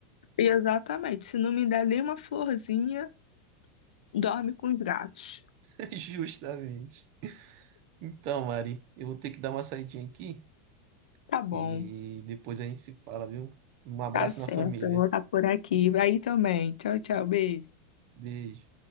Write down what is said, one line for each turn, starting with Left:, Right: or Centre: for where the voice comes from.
Left: exatamente. Se não me der nenhuma florzinha, dorme com os gatos.
Right: <laughs> justamente. Então, Mari, eu vou ter que dar uma saidinha aqui
Left: Tá bom,
Right: e depois a gente se fala, viu? Um abraço
Left: tá certo,
Right: na família.
Left: eu vou estar por aqui. Aí também. Tchau, tchau, beijo.
Right: Beijo.